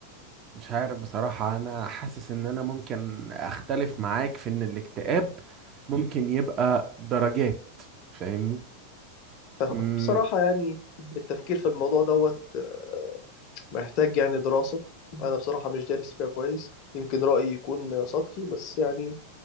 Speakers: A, on the right; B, on the left.
A: مش عارف بصراحة أنا حاسس إن أنا ممكن أختلف معاك في إن الاكتئاب ممكن يبقى درجات فاهمني؟
B: فاهمك
A: مم.
B: بصراحه يعني التفكير في الموضوع دوت آه، محتاج يعني دراسة أنا بصراحة مش دارس فيها كويس يمكن رأيي يكون سطحي بس يعني